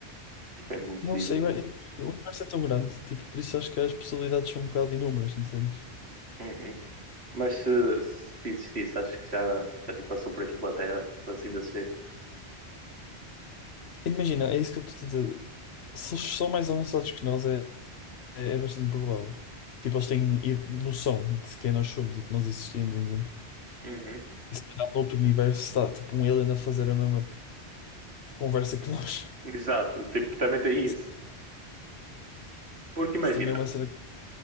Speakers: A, on the right; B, on the left.
A: Tipo, é muito
B: Não
A: difícil
B: sei, eu-
A: mesmo.
B: é que o universo é tão grande, tipo, por isso acho que as possibilidades são um bocado inúmeras, entendes?
A: Uhum. Mas se, se existisse, acho que já, já tipo, passou por aqui pela Terra, tipo, assim desse jeito.
B: Imagina, é isso que eu estou a dizer. Se eles são mais avançados que nós, é, é é bastante provável. Tipo, eles têm i- noção de quem nós somos e que nós existimos, entende?
A: Uhum.
B: E se calhar no outro universo está, tipo, um alien a fazer a mesma conversa que nós.
A: Exato, tipo, também tem
B: <laughs>
A: isso. Porque imagina,
B: Isso também é uma cena que...